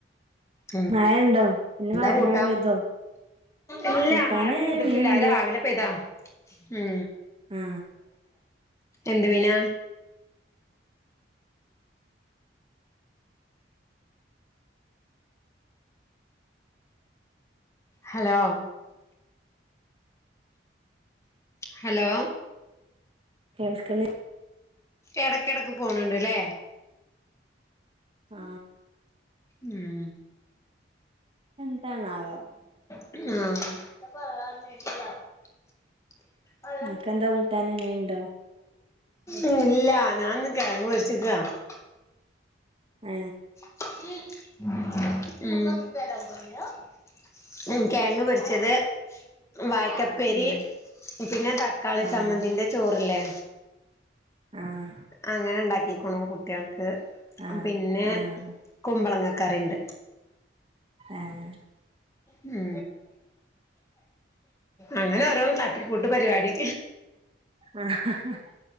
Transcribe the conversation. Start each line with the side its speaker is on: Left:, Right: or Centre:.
Left: മ്
Right: മഴ ഉണ്ടോ പിന്നെ
Left: എന്താ
Right: മഴ
Left: കൂട്ടാം
Right: മഴ പെയ്തോ
Left: ഇല്ലാ
Right: കൂട്ടാന്
Left: മഴ പിന്നെ ഇതിട്ടില്ല
Right: മീൻണ്ട്
Left: രാവിലെ പെതാ മ്
Right: ആ
Left: എന്ത് മീന ഹലോ ഹലോ
Right: കേൾക്കണെ
Left: എടക്കിടക്ക് പോണണ്ട്ല്ലേ
Right: ആ
Left: മ്
Right: എന്തണാവ
Left: ആ <unintelligible>
Right: നിനക്കെന്താ കൂട്ടാന് മീനുണ്ടോ
Left: ഉ ഇല്ല ഞാനന്ന് <unintelligible>
Right: ആ
Left: മം മം കെയങ്ക് പൊരിച്ചത് വായക്ക പ്പേരി
Right: ഉം
Left: പിന്നെ തക്കാളി
Right: ആ
Left: സമ്മന്തിന്റെ ചോറില്ലേ
Right: ആ
Left: അങ്ങന ഉണ്ടാക്കിക്കുണു കുട്ടികൾക്ക്
Right: ആഹ്
Left: പിന്നെ
Right: ആഹ്
Left: കുമ്പളങ്ങകറിണ്ട്
Right: ഏഹ്
Left: മ്ഹ് അങ്ങന ഓരോന്ന് തട്ടിക്കൂട്ട് പരിവാടി
Right: ആഹ്